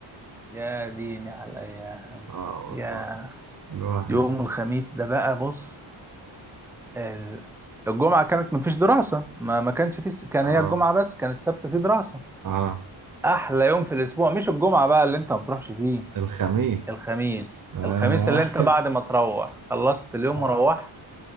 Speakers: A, in the centre; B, on the right.
A: يا ديني على الأيام
B: اه
A: يا
B: والله الواحد
A: يوم الخميس ده بقى بص ال- الجمعة كانت مفيش دراسة ما ما كانش في س- كان
B: اه
A: هي الجمعة بس كان السبت فيه دراسة
B: اه
A: أحلى يوم في الأسبوع مش الجمعة بقى اللي أنت ما بتروحش فيه
B: الخميس
A: الخميس
B: آه.
A: الخميس اللي أنت
B: <laughs>
A: بعد ما تروح خلصت اليوم
B: آه،
A: وروحت